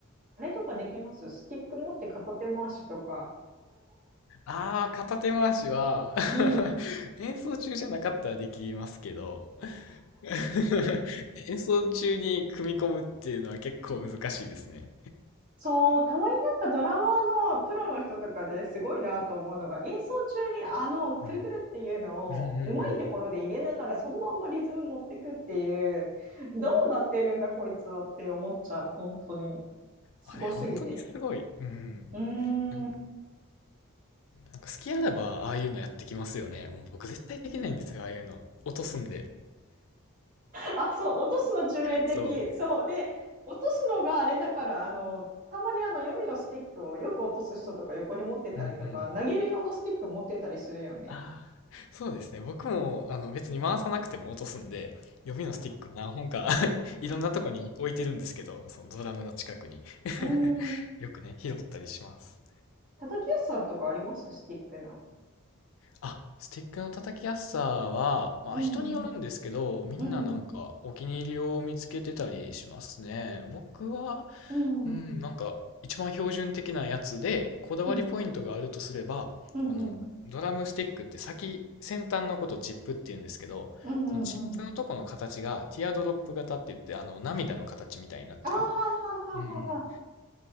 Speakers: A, on the right; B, on the left.
A: れとかできますスティック持って片手回しとか。
B: ああ、片手回しは
A: うん。
B: <laughs> 演奏中じゃなかったらできますけど、<laughs> 演奏中に組み込むっていうのは結構難しいですね。
A: そう、たまになんかドラマーのプロの人とかですごいなと思うのが、演奏中にあのくるくるっていうのをうまいところで入れながらそのまんまリズム持ってくっていう、
B: うん。うんうんうん。
A: どうなってるんだこいつはって思っちゃう、本当に。すごすぎて。
B: あれ、本当にすごい。うん。
A: うー
B: なんか、
A: ん。
B: なんか好きあらば、ああいうのやってきますよね。もう僕絶対できないんですよ、ああいうの。落とすんで。
A: あ、そう、落とすの致命的。
B: そう。
A: そう。で、落とすのがあれだから、あの、たまにあの予備のスティックをよく落とす人とか横に持ってたりとか、
B: うんうん。
A: 投げる用のスティック持ってたりするよね。
B: ああ、そうですね。僕も、あの、別に回さなくても落とすんで、予備のスティック何本か <laughs> いろんなとこに置いてるんですけど、そのドラムの近くに
A: うーん。
B: <laughs> よくね、拾ったりします。
A: 叩きやすさとかありますスティックの。
B: あ、スティックの叩きやすさは、まあ人によるんですけど、
A: うんうん。
B: みんななんかお気に入りを見つけてたりしますね。
A: うんうん。
B: 僕は、
A: うんうん。
B: うん、なんか一番標準的なやつで、こだわりポイントがあるとすれば、
A: うんうん。
B: あの、ドラムスティックって先、先端のことチップって言うんですけど、
A: うんうんうん。
B: そのチップのとこの形がティアドロップ型って言って、あの、涙の形みたいになってる、
A: あーはーはーはーはーはー。
B: うんう